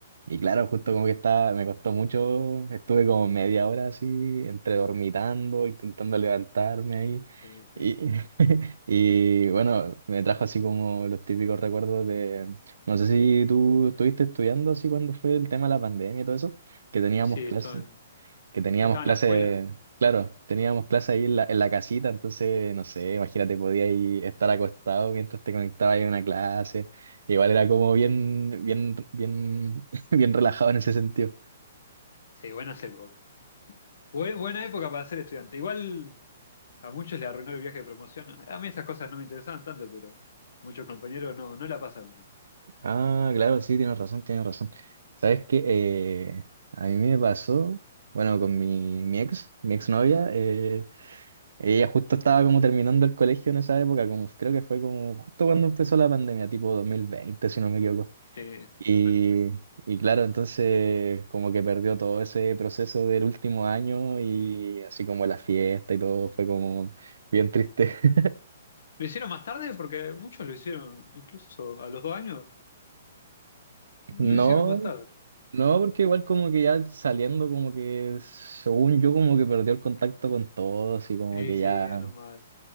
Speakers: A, on the right (about 80°); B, on the left (about 70°).
A: y claro, justo como que estaba, me costó mucho, estuve como media hora así, entre dormitando, intentando levantarme ahí.
B: Eh, sí,
A: Y, <laughs> y bueno, me trajo así como los típicos recuerdos de, no sé si tú estuviste estudiando así cuando fue el tema de la pandemia y todo eso, que teníamos
B: Sí,
A: clases,
B: esto-
A: que teníamos
B: sí, estaba
A: clases,
B: en la escuela.
A: claro, teníamos clases ahí en la, en la casita, entonces, no sé, imagínate, podías ahí estar acostado mientras te conectabas ahí a una clase. Igual era como
B: Eh, bueno,
A: bien, bien, bien, <laughs> bien relajado en ese sentido.
B: sí, buenas épocas. Bue- buena época para ser estudiante. Igual. A muchos le arruinó el viaje de promoción. A mí esas cosas no me interesaban tanto, pero muchos compañeros no, no la pasaron tan bien.
A: Ah, claro, sí, tienes razón, tienes razón. ¿Sabes qué? Eh, a mí me pasó, bueno, con mi, mi ex, mi exnovia, eh, ella justo estaba como terminando el colegio en esa época, como creo que fue como justo cuando empezó la pandemia, tipo 2020 si no me equivoco.
B: Sí,
A: Y,
B: 2020.
A: y claro, entonces como que perdió todo ese proceso del último año y así como la fiesta y todo fue como bien triste. <laughs>
B: Lo hicieron más tarde porque muchos lo hicieron, incluso a los dos años, lo
A: No,
B: hicieron más tarde.
A: no, porque igual como que ya saliendo como que según yo como que perdió el contacto con todos y como
B: Eh,
A: que
B: sí,
A: ya,
B: es normal.